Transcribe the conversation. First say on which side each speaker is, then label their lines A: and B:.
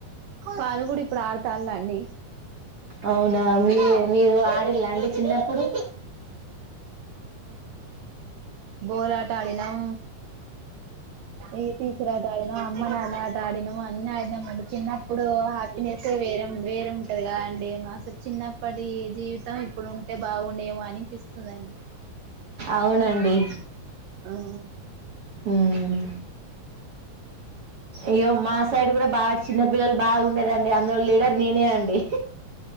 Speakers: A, on the right (about 75°); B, on the right (about 50°).
A: వాళ్ళు కూడా ఇప్పుడు ఆడుతాందా అండి
B: అవునా అండి మీరు ఆడిళ్ళండి చిన్నప్పుడు
A: కోలాట ఆడినాం ఈ టీచర్ ఆట ఆడినాం అమ్మ నాన్న ఆట ఆడినం అన్ని ఆడినాం అండి చిన్నప్పుడు హ్యాపీనెస్ ఏ వేరే వేరుంటది గా అండి మాసు చిన్నప్పటి జీవి త్తం ఇప్పుడు ఉంటే బాగుండేమో అనిపిస్తది అండి
B: అవునండి
A: ఆ
B: ఉమ్ ఇగో మా సైడ్ కూడా బాగా చిన్న పిల్లలు బాగుండేదండి అందులో లీడర్ నేనే అండి